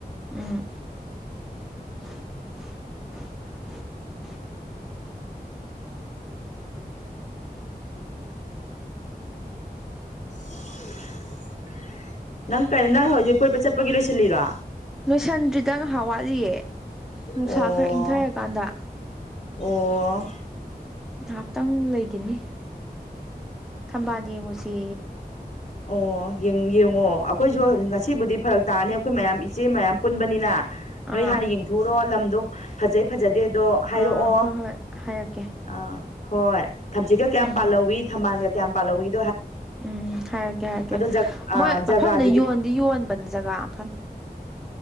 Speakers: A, in the centre; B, on the left.
A: ꯎꯝ <unintelligible>
B: <unintelligible> ꯅꯪ ꯀꯔꯤ ꯅꯪ ꯍꯧꯖꯤꯛ ꯀꯣꯏꯕ ꯆꯠꯄꯒꯤ ꯂꯣꯏꯁꯤꯜꯂꯤꯔ
A: ꯅꯣꯏꯁꯟꯗ꯭ꯔꯤꯗꯪ ꯉꯥꯏꯍꯥꯛ ꯋꯥꯠꯂꯤꯌꯦ ꯅꯨꯡꯁꯥ
B: ꯑꯣ
A: ꯈꯔ ꯏꯪꯊꯔꯀꯥꯟꯗ
B: ꯑꯣ
A: ꯉꯥꯏꯍꯥꯛꯇꯪ ꯂꯩꯈꯤꯅꯤ ꯊꯝꯕꯥꯜ ꯌꯦꯡꯉꯨꯁꯤ
B: ꯑꯣ ꯌꯦꯡꯉꯣ ꯑꯩꯈꯣꯏꯁꯨ ꯉꯁꯤꯕꯨꯗꯤ ꯐꯔꯛ ꯇꯥꯅꯤ ꯑꯩꯈꯣꯏ ꯃꯌꯥꯝ ꯏꯆꯦ ꯃꯌꯥꯝ ꯄꯨꯟꯕꯅꯤꯅ
A: ꯑꯥ
B: ꯅꯣꯏ ꯍꯥꯟꯅ ꯌꯦꯡꯊꯣꯛꯎꯨꯔꯣ ꯂꯝꯗꯣ ꯐꯖꯩ ꯐꯖꯗꯦ ꯑꯗꯣ ꯍꯥꯏꯔꯛꯑꯣ
A: ꯑꯥ ꯍꯣꯏ ꯍꯣꯏ ꯍꯥꯏꯔꯛꯀꯦ
B: ꯑꯥ ꯍꯣꯏ ꯊꯝꯆꯤꯠꯀ ꯀꯌꯥꯝ
A: ꯎꯝ
B: ꯄꯥꯜꯍꯧꯋꯤ ꯊꯝꯕꯥꯜꯒ ꯀꯌꯥꯝ ꯄꯥꯜꯍꯧꯏꯤ
A: ꯎꯝ ꯍꯥꯏꯔꯛꯀꯦ ꯍꯥꯏꯔꯛꯀꯦ
B: ꯖ ꯑꯥ
A: ꯃꯣꯏ
B: ꯖꯒꯥꯗꯨꯗꯤ
A: ꯃꯐꯝꯗ ꯌꯣꯟꯗꯤ ꯌꯣꯟꯕꯅꯤ ꯖꯒꯥ ꯃꯐꯝ
B: <unintelligible>